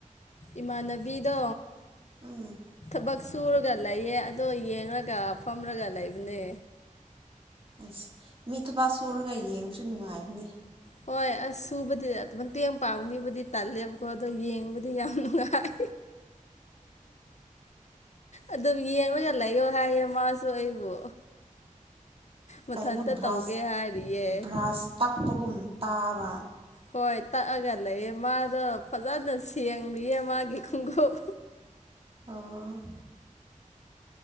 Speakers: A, on the left (about 55°); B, on the right (about 40°).
A: ꯏꯃꯥꯟꯅꯕꯤꯗ
B: ꯎꯝ
A: ꯊꯕꯛ ꯁꯨꯔꯒ ꯂꯩꯌꯦ ꯑꯗꯣ ꯌꯦꯡꯂꯡꯒ ꯐꯝꯔꯒ ꯂꯩꯕꯅꯦ
B: ꯑꯁ ꯃꯤ ꯊꯕꯥꯛ ꯁꯨꯔꯒ ꯌꯦꯡꯕꯁꯨ ꯅꯨꯡꯉꯥꯏꯕꯅꯤ
A: ꯍꯣꯏ ꯑꯁ ꯁꯨꯕꯗꯤ ꯃꯇꯦꯡ ꯄꯥꯡꯕꯤꯕꯨꯗꯤ ꯇꯜꯂꯦꯕꯀꯣ ꯑꯗꯣ ꯌꯦꯡꯕꯗꯤ ꯌꯥꯝ ꯅꯨꯡꯉꯥꯏ ꯑꯗꯨꯝ ꯌꯦꯡꯔꯒ ꯂꯩꯌꯣ ꯍꯥꯏꯌꯦ ꯃꯥ ꯑꯗꯣ ꯑꯩꯕꯨ ꯃꯊꯟꯇ
B: ꯀꯩꯅꯣ ꯕ꯭ꯔꯥꯁ
A: ꯇꯧꯒꯦ ꯍꯥꯏꯔꯤꯌꯦ
B: ꯕ꯭ꯔꯥꯁ ꯇꯛꯄꯒꯨꯝ ꯇꯥꯕ
A: ꯍꯣꯏ ꯇꯛꯑꯒ ꯂꯩꯌꯦ ꯃꯥꯗꯣ ꯐꯖꯅ ꯁꯦꯡꯂꯤꯌꯦ ꯃꯥꯒꯤ ꯈꯣꯡꯎꯞ
B: ꯑꯣ